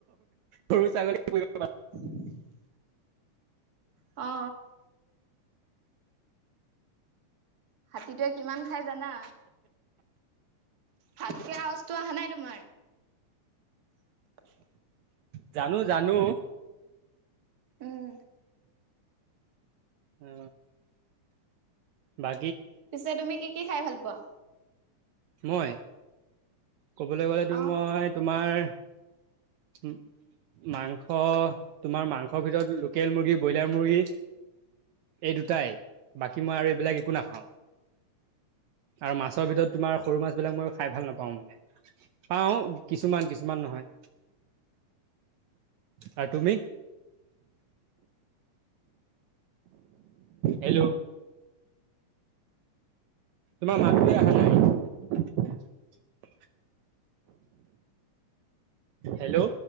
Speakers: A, on the right (about 75°); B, on the right (about 35°).
A: গৰু ছাগলী পুহি
B: <unintelligible> অ। হাতীটোৱে কিমান খাই জানা। ভালকে আউআছ টো অহা নাই তোমাৰ। <unintelligible>
A: জানো জানো।
B: উম,
A: অ বা।
B: পিছে তুমি কি কি খাই ভাল পোৱা।
A: মই। কবলৈ গ'লেতো
B: অ'।
A: মই তোমাৰ। উম। মাংস তোমাৰ মাংসৰ ভিতৰত লোকেল মুৰ্গী ব্ৰইলাৰ মুৰ্গী। এই দুটাই বাকী মই আৰু এইবিলাক একো নাখাও। আৰু মাছৰ ভিতৰত তোমাৰ সৰু মাছ বিলাক মই খাই ভাল নাপাওঁ মানে পাওঁ কিছুমান কিছুমান নহয়। আৰু তুমি। হেল্ল'। তোমাৰ মাতটোৱে অহা নাই। হেল্ল'।